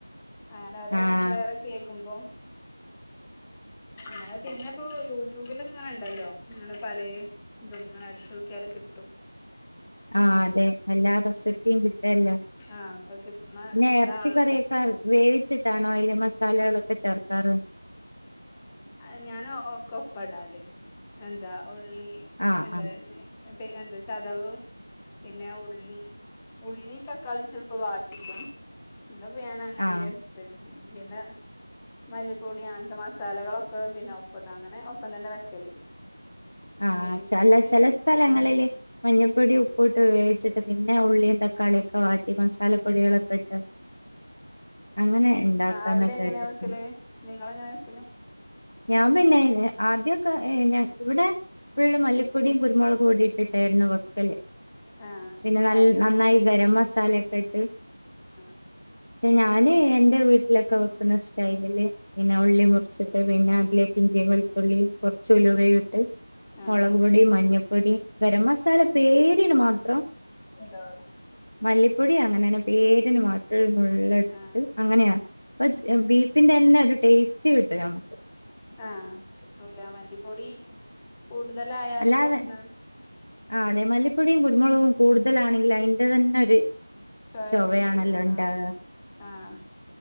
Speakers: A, in the centre; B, on the left.
A: ആനത്
B: ആഹ്
A: വേറെ കേക്കുമ്പോം അ പിന്നെ ഇപ്പോ യൂറ്റൂബിലിങ്ങനെണ്ടല്ലോ അങ്ങനെ പലേഇതും ങ്ങനെ അടിച്ചോക്കിയാല് കിട്ടും
B: ആ അതെ എല്ലാ റെസിപ്പിയും കിട്ടുഅല്ലോ
A: ആഹ് അപ്പൊ കിട്ടുന്ന
B: പിന്നെ
A: ഇതാണല്ലോ
B: എറച്ചി കറിയൊക്കെ വേവിച്ചിട്ടാണോ എ മസാലകളൊക്കെ ചേർക്കാറ്
A: ആ ഞാനൊ ഒകൊപ്പടല് എന്താ ഉള്ളി
B: ആഹ്
A: എന്താ
B: ആഹ്
A: പി എന്തചതവും പിന്നെ ഉള്ളി ഉള്ളി തക്കാളി ചെൽപ്പോവാട്ടിടും ഇന്ന്പ്പോ ഞാനങ്ങനെയിട്ടിട്ട്
B: ആഹ്
A: പിന്നെ മല്ലിപ്പൊടി അങ്ങൻത്തെ മസാലകളൊ ക്കെ പിന്നെ ഒപ്പട അങ്ങനെ ഒപ്പംതന്നെ വെക്കല്
B: ആ
A: വേവിച്ചിട്ട്
B: ചല
A: പിന്നെ
B: ചെല സ്ഥലങ്ങളില്
A: ആഹ്
B: മഞ്ഞപ്പൊടി ഉപ്പൂട്ട് വേവിച്ചിട്ട് പിന്നെ പിന്നെ ഉള്ളിയും തക്കാളിയൊക്കെവാട്ടി മസാലപ്പൊടികളൊക്കെ ഇട്ട് അങ്ങനെ ഉണ്ടാക്കാന്നൊക്കെ
A: അവിടെങ്ങനെയാ
B: കേട്ടിട്ടുണ്ട്
A: വെക്കല് നിങ്ങളെങ്ങനെയ വെക്കല്
B: ഞാൻ പിന്നെ ആദ്യം ക്കെ ഞ ഇവിടെ ഫുള്ള് മല്ലിപ്പൊടിയും കുരുമുളക് പൊടിയുട്ടിട്ടായിരുന്നു വെ ക്കല്
A: ആഹ്
B: പിന്നെ നൽ
A: ആദ്യം
B: നന്നായി ഗരമസാലൊക്കെഇട്ട്
A: ആ
B: ക്ഷെ ഞാന് എന്റെ വീട്ടിലൊക്കെ വെക്കുന്ന സ്റ്റൈലില് പിന്നെ ഉള്ളി മുറിച്ചിട്ട് പിന്നെ അതിലേക്ക് ഇഞ്ചിയും വെളുതുള്ളി കൊറച്ചുലുവയുട്ട്
A: ആഹ്
B: മൊളക് പൊടിയും മഞ്ഞപ്പൊടി ഗരമസാല പേരിന് മാത്രം
A: ഇതാണ്
B: മല്ലിപ്പൊടി അങ്ങനെന്നെ പേരിന് മാത്രേ നുള്ളിട്ട്
A: ആഹ്
B: അങ്ങനെയാ അ ബീഫിന്റെന്നെ ഒരു ടേസ്റ്റ്കിട്ടു നമ്മക്ക്
A: ആ കിട്ടൂല മല്ലിപ്പൊടി കൂടുതലായാലും
B: അല്ലാതെ
A: പ്രശ്നാണ്
B: ആ അതെ മല്ലിപ്പൊടിയും കുരുമുളകും കൂടു തലാണെങ്കിൽ അയിന്റെതെന്നെ ഒര്
A: ചൊയ
B: ചൊവയാണല്ലണ്ടാവ
A: കിട്ടൂല ആഹ് ആഹ്